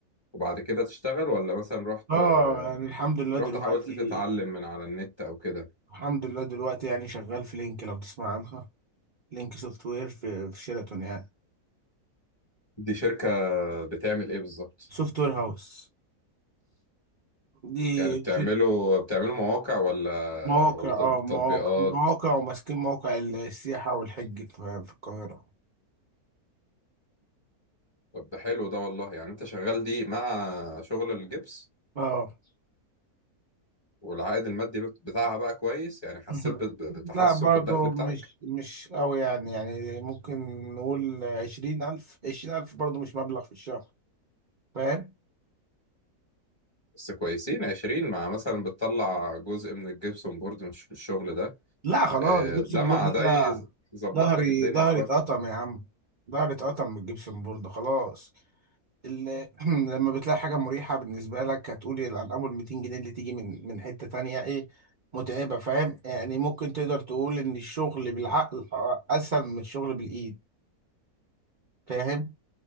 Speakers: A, on the left; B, on the right.
A: وبعد كده تشتغل ولا مثلا رحت
B: اه
A: آه،
B: يعني الحمد لله دلوقتي
A: رحت حاولت تتعلم من على النت او كده
B: الحمد لله دلوقتي يعني شغال في لينك لو تسمع عنها لينك سوفت وير في في شيراتون يعني
A: دي شركة بتعمل ايه بالظبط؟
B: سوفت وير هاوس دي
A: يعني بتعملوا بتعملوا مواقع ولا
B: مواقع
A: ولا
B: اه
A: تطب-
B: مواقع
A: تطبيقات؟
B: مواقع وماسكين موقع السياحة والحج في في القاهرة
A: طب ده حلو ده والله يعني انت شغال دي مع شغل الجبس
B: اه
A: والعائد المادي بت- بتاعها بقى كويس يعني حسيت
B: <laughs>
A: بت- بتحسن
B: لا برضو
A: في الدخل بتاعك
B: مش مش قوي يعني يعني ممكن نقول عشرين ألف عشرين ألف برضو مش مبلغ في الشهر فاهم
A: بس كويسين عشرين مع مثلا بتطلع جزء من الجبسون بورد من الش- الشغل ده
B: لا خلاص
A: آه،
B: جبسن
A: ده مع
B: بورد ده
A: ده يز- يظبط
B: ظهري
A: لك الدنيا
B: ظهري
A: شوية
B: اتقطم يا عم ظهري اتقطم من الجبسن بورد خلاص ال- <clears throat> لما بتلاقي حاجة مريحة بالنسبة لك هتقول الأرقام وال 200 جنيه اللي تيجي من من حتة تانية إيه متعبة فاهم يعني ممكن تقدر تقول إن الشغل بالعقل أسهل من الشغل بالإيد فاهم